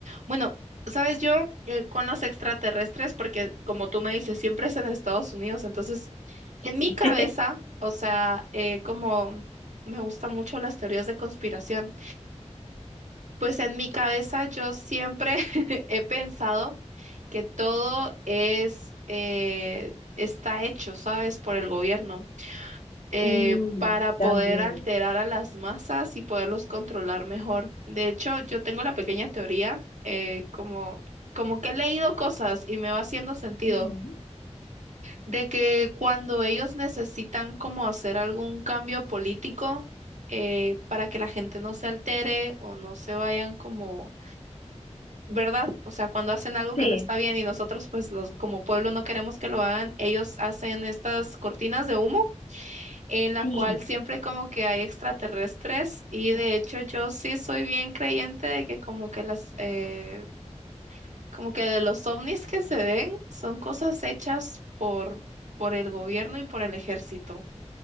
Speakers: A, on the right; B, on the left.
A: Bueno, sabes yo eh, con los extraterrestres, porque como tú me dices, siempre es en Estados Unidos, entonces en mi
B: Sí.
A: cabeza, o sea, eh, como me gustan mucho las teorías de conspiración. Pues en mi cabeza yo siempre <laughs> he pensado que todo es, eh, está hecho, ¿sabes? Por el gobierno, eh,
B: Uy,
A: para poder
B: también.
A: alterar a las masas y poderlos controlar mejor. De hecho, yo tengo la pequeña teoría, eh, como, como que he leído cosas y me va haciendo sentido,
B: Ujú.
A: de que cuando ellos necesitan como hacer algún cambio político, eh, para que la gente no se altere o no se vayan como ¿verdad? O sea, cuando hacen algo
B: Sí,
A: que no está bien y nosotros, pues, los, como pueblo no queremos que lo hagan, ellos hacen estas cortinas de humo en la
B: Sí.
A: cual siempre como que hay extraterrestres y de hecho yo sí soy bien creyente de que como que las, eh, como que de los ovnis que se ven son cosas hechas por, por el gobierno y por el ejército.